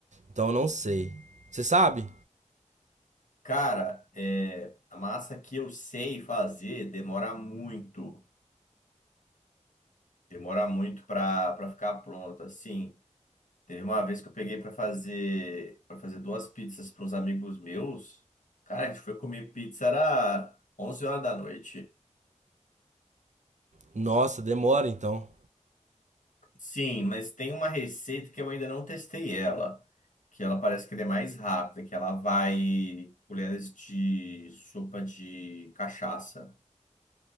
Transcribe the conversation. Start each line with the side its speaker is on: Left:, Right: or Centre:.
Right: Então eu não sei. Você sabe?
Left: Cara, é, a massa que eu sei fazer demora muito. Demora muito para para ficar pronta. Sim, teve uma vez que eu peguei para fazer para fazer duas pizzas para uns amigos meus. Cara, a gente foi comer pizza era 11 horas da noite.
Right: Nossa, demora então.
Left: Sim, mas tem uma receita que eu ainda não testei ela, que ela parece que ela é mais rápida, que ela vai colheres de sopa de cachaça.